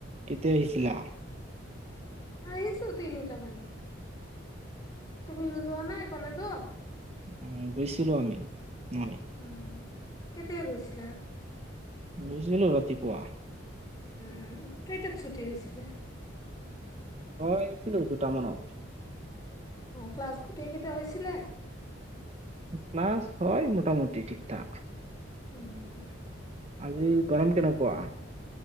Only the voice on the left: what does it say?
আহিছোঁ তিনিটা মানত। তুমি যোৱা নাই কলেজত?
উম কেতিয়া গৈছিলা?
উম কেইটাত ছুটি হৈছিলে?
অ ক্লাছ গোটেইকেইটা হৈছিলে?
উম।